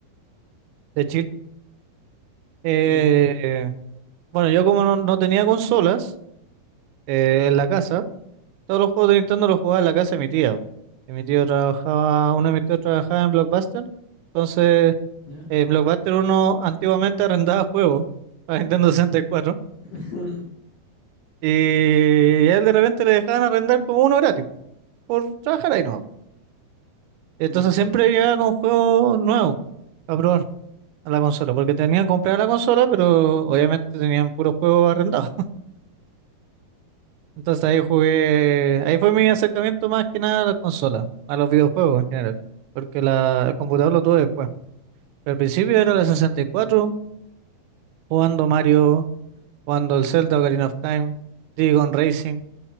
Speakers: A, on the right; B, on the left.
A: De Eh,
B: Sí.
A: bueno, yo como no, no tenía consolas eh, en la casa, todos los juegos de Nintendo los jugaba en la casa de mi tía. que mi tío trabajaba, uno de mis tíos trabajaba en Blockbuster, entonces
B: ¿Ya?
A: eh, Blockbuster uno antiguamente arrendaba juegos para Nintendo 64 y, cuatro.
B: <laughs>
A: Y, a él de repente le dejaban arrendar como uno gratis por trabajar ahí no. Entonces
B: No.
A: siempre llegaba con juegos nuevos a probar a la consola, porque tenían comprada la consola, pero obviamente tenían puros juegos arrendados. Entonces ahí jugué, ahí fue mi acercamiento más que nada a la consola, a los videojuegos en general, porque la, el computador lo tuve después. Pero al principio era la 64,
B: Claro.
A: jugando Mario, jugando el Zelda Ocarina of Time, Digon Racing,